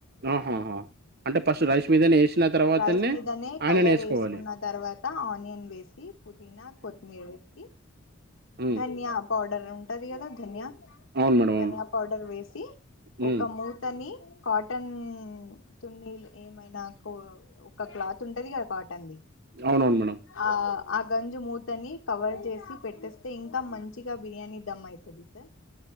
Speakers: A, on the right; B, on the left.
A: ఆహాహా అంటే పస్ట్ రైస్ మీదనే ఏసిన తర్వాతనే
B: రైస్ మీదనే
A: ఆనియన్
B: కలర్
A: వేసుకోవాలి
B: ఏసుకున్న తర్వాత ఆనియన్ వేసి పుదీనా కొత్తిమీర్ వేసి
A: ఉమ్
B: ధనియా పౌడర్ ఉంటది గదా ధన్య
A: అవును మేడం
B: ధనియా
A: అవును
B: పౌడర్ వేసి
A: ఉమ్
B: ఒకమ్ మూతని కాటన్ చున్నీల్ ఏమైనా కో ఒక క్లాత్ తుంటది గా కాటన్ ది
A: అవునవున్ మేడం
B: ఆ ఆ గంజీ మూతని కవర్ చేసి పెట్టేస్తే ఇంకా మంచిగా బిర్యానీ దమ్ అయితాది తె